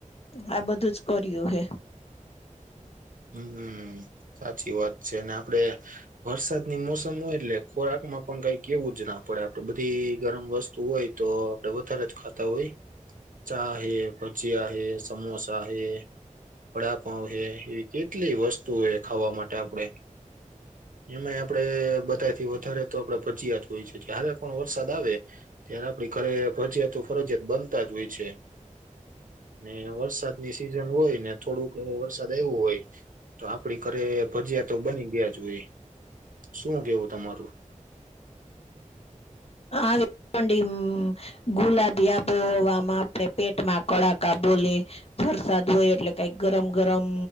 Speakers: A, on the left; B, on the right.
A: આ બધું જ કર્યું હે! !
B: હમ સાચી વાત છે, અને આપડે વરસાદની મોસમ હોય, એટલે ખોરાક માં પણ કઈ કેવું જ ના પડે, આપડે બધી ગરમ વસ્તુ હોય! તો આપડે વધારે જ ખાતા હોય. ચા હૈ, ભજીયા હૈ, સમોસા હૈ, વડાપાઉ હૈ! કેટલી વસ્તુ એ ખાવા માટે આપણે! ! એમાંય આપડે બધાથી વધારે, તો આપડે ભજીયાત હોય છે, હારે પણ વરસાદ આવે <unintelligible> ત્યારે આપણી ઘરે ભજીયાતો ફરજિયાત, બનતા જ હોય છે! ને વરસાદ ની સિઝન હોય, ને થોડુંક વરસાદ આવું હોય તો આપડી ઘરે ભજીયા તો બની ગયા જ હોય, શું કેવું તમારું?
A: <unintelligible> ગુલાબી આબોહવામાં આપણે પેટમાં કડાકા બોલી વરસાદ હોય એટલે કઈક ગરમ ગરમ